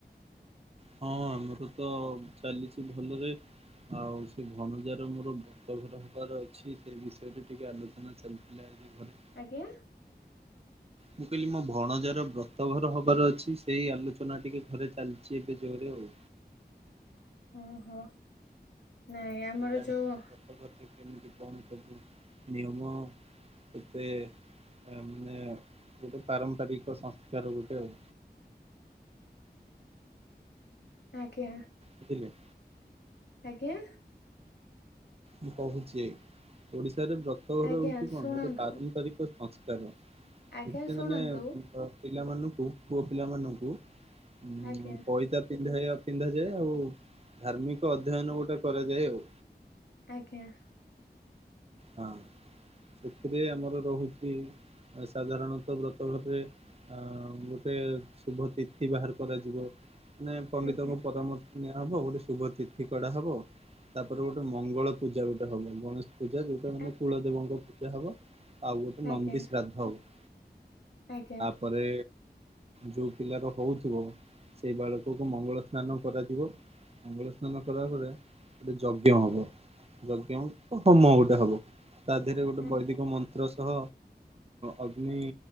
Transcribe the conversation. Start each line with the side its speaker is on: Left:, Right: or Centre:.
Right: ହଁ ଆମର ତ ଚାଲିଛି ଭଲରେ ଆଉ ସେ ଭଣଜାର ମୋର <unintelligible> <unintelligible> ଅଛି ସେ ବିଷୟରେ ଟିକେ ଆଲୋଚନା ଚାଲିଥିଲା ଆଜି ଘରେ।
Left: ଆଜ୍ଞା?
Right: ମୁଁ କହିଲି ମୋ ଭଣଜାର ବ୍ରତଘର ହବାର ଅଛି ସେହି ଆଲୋଚନା ଟିକେ ଘରେ ଚାଲିଚି ଏବେ ଜୋରେ ଆଉ।
Left: ଓହୋ ନାଇଁ ଆମର
Right: ଜାଣିଥିବୁ
Left: ଯୋଉ
Right: ବ୍ରତଘରରେ କେମିତି କଣ ସବୁ ନିୟମ? ଏବେ ମାନେ ଗୋଟେ ପାରମ୍ପରିକ ସଂସ୍କାର ଗୋଟେ ଆଉ।
Left: ଆଜ୍ଞା।
Right: ବୁଝିଲେ।
Left: ଆଜ୍ଞା।
Right: ମୁଁ କହୁଛି ଓଡିଶାରେ ବ୍ରତଘର
Left: ଆଜ୍ଞା
Right: ହଉଛି କଣ
Left: ଶୁଣନ୍ତୁ
Right: ଗୋଟେ ପାର ପରିକ ସଂସ୍କାର
Left: ଆଜ୍ଞା
Right: ସେଥିରେ
Left: ଶୁଣନ୍ତୁ
Right: ମାନେ ପିଲାମାନଙ୍କୁ ପୁଅ ପିଲାମାନଙ୍କୁ ଉଁ
Left: ଆଜ୍ଞା
Right: ପଇତା ପିନ୍ଧାଇବା ପିନ୍ଧାଯାଏ ଆଉ ଧାର୍ମିକ ଅଧ୍ୟୟନ ଗୋଟେ କରାଯାଏ ଆଉ।
Left: ଆଜ୍ଞା।
Right: ହଁ ସେଥିରେ ଆମର ରହୁଛି ସାଧାରଣତଃ ବ୍ରତ ଘରରେ ଅ ଗୋଟେ ଶୁଭ ତିର୍ଥି ବାହାର କରାଯିବ ମାନେ ପଣ୍ଡିତଙ୍କ
Left: ଆଜ୍ଞା
Right: ପରାମର୍ଶ ଆ ହବ ଗୋଟେ ଶୁଭ ତିଥି କଢ଼ା ହବ ତାପରେ ଗୋଟେ ମଙ୍ଗଳ ପୂଜା ଗୋଟେ ହବ ଗଣେଶ୍ ପୂଜା ଯୋଉଟା ମାନେ
Left: ଆ
Right: କୁଳଦେବଙ୍କ ପୂଜା ହବ ଆଉ ଗୋଟେ ନନ୍ଦି
Left: ଆଜ୍ଞା
Right: ଶ୍ରାଦ୍ଧ ହବ।
Left: ଆଜ୍ଞା।
Right: ପରେ ଯଉ ପିଲାର ହଉଥିବ ସେଇ ବାଳକକୁ ମଙ୍ଗଳ ସ୍ନାନ କରାଯିବ ମଙ୍ଗଳ ସ୍ନାନ କଲା ପରେ ଗୋଟେ ଯଜ୍ଞ ହବ। ଯଜ୍ଞ ହେବ ହୋମ ଗୋଟେ ହବ ତା ଦେହରେ ଗୋଟେ
Left: ଆ
Right: ବୈଦିକ ମନ୍ତ୍ର ତହ ଅଗ୍ନି